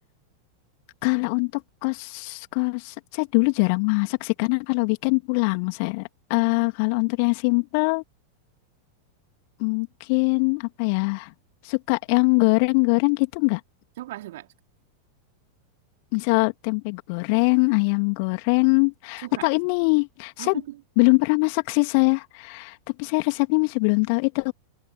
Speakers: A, on the left (about 45°); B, on the right (about 55°).
A: kalau untuk kos-kos, saya dulu jarang masak sih, karena kalau weekend pulang saya. Eh, kalau untuk yang simple, mungkin apa ya, suka yang goreng-goreng gitu nggak?
B: Suka, suka,
A: Misal tempe goreng, ayam goreng,
B: suka.
A: atau ini. Saya
B: Apa tuh?
A: belum pernah masak sih saya, tapi saya resepnya masih belum tahu itu.